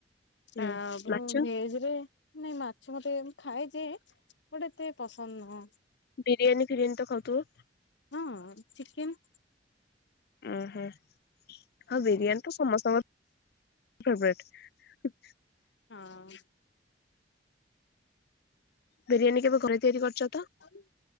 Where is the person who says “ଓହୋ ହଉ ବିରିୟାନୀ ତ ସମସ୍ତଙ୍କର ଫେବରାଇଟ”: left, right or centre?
Left